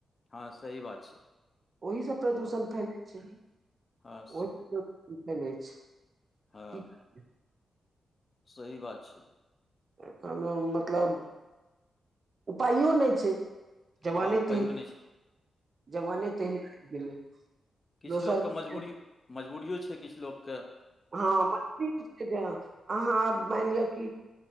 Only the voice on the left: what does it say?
हँ सही बात छै
हँ
हँ
हाँ
सही बात छै
हँ उपायो
नहि छै
किछ
लोकके मजबूरी मजबूरिओ छै किछ लोककेँ